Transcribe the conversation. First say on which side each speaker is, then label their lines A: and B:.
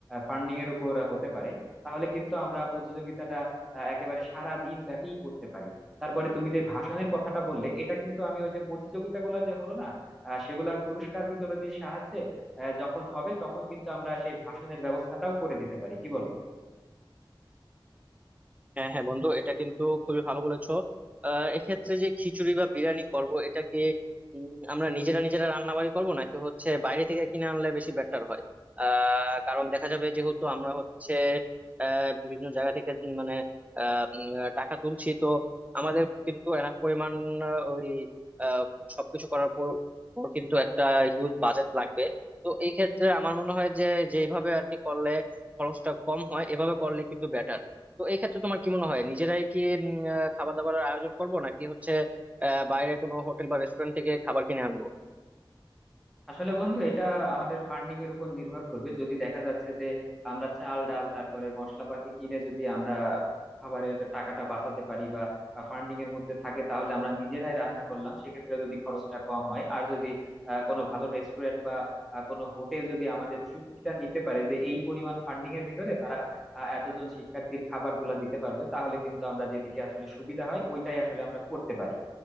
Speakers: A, in the centre; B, on the right.
A: ফান্ডিং এর উপর আহ, হতে পারে তাহলে কিন্তু আমরা প্রতিযোগিতাটা আহ, একেবারে সারা দিন ব্যাপী করতে পারি তারপরে তুমি যে ভাষণের কথাটা বললে এটা কিন্তু আমি ওই যে প্রতিযোগিতাগুলো যে হলো না আহ, সেগুলার পুরস্কার বিতরণের সাহায্যে আহ, যখন হবে তখন কিন্তু আমরা সেই ভাষণের ব্যবস্থাটাও করে দিতে পারি কি বলো
B: হ্যাঁ হ্যাঁ বন্ধু এটা কিন্তু খুবই ভালো বলেছো আহ এক্ষেত্রে যে খিচুড়ি বা বিরিয়ানি করব এটা কি উম, আমরা নিজেরা নিজেরা রান্না বাড়ি করবো নাকি হচ্ছে বাইরে থেকে কিনে আনলে বেশি বেটার হয় আহ কারণ দেখা যাবে যেহেতু আমরা হচ্ছে আহ বিভিন্ন জায়গা থেকে উম, মানে আহ উম, আহ, টাকা তুলছি তো আমাদের কিন্তু এনাফ পরিমাণ আহ, ওই আহ সবকিছু করার পর পর কিন্তু একটা হিউজ বাজেট লাগবে তো এই ক্ষেত্রে আমার মনে হয় যে যেভাবে আর কি করলে খরচটা কম হয় এভাবে করলে কিন্তু বেটার তো এই ক্ষেত্রে তোমার কি মনে হয় নিজেরাই কি উম, আহ, খাবার দাবার আয়োজন করব নাকি হচ্ছে আহ, বাইরে কোনো হোটেল বা রেস্টুরেন্ট থেকে খাবার কিনে আনবো
A: আসলে বন্ধু এটা আমাদের ফান্ডিং এর উপর নির্ভর করবে যদি দেখা যাচ্ছে যে আমরা চাল ডাল তারপরে মশলাপাতি কিনে যদি আমরা খাবারের টাকাটা বাঁচাতে পারি বা ফান্ডিং এর মধ্যে থাকে তাহলে আমরা নিজেরাই রান্না করলাম সেক্ষেত্রে যদি খরচটা কম হয় আর যদি আহ, কোনো ভালো রেস্টুরেন্ট বা আহ, কোনো হোটেল যদি আমাদের চুক্তিটা নিতে পারে যে এই পরিমাণ ফান্ডিং এর ভিতরে তারা আহ, এতজন শিক্ষার্থীর খাবারগুলা দিতে পারবে তাহলে কিন্তু আমরা যেদিকে আসলে সুবিধা হয় ওইটাই আসলে আমরা করতে পারি